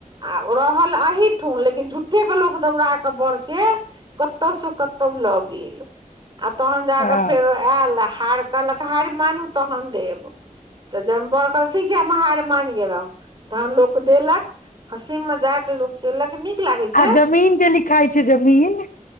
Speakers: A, on the right; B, on the left.
A: आ ओ रहल अहीठुन लेकिन झूठ्ठे के लोक दौड़ाक बर के कतौ स कतौ ल गेल आ तहन जाक
B: हँ
A: फेरो उएह आयल हार कहलक हारि मानू तहन देब तऽ जहन बर कहलक त ठीक छै हम हारि मानि गेलौं तहन लोक देलक हंसी मजाक लोक केलक लेकिन नीक लागै छै
B: आ जमीन जे लिखाइ छै जमीन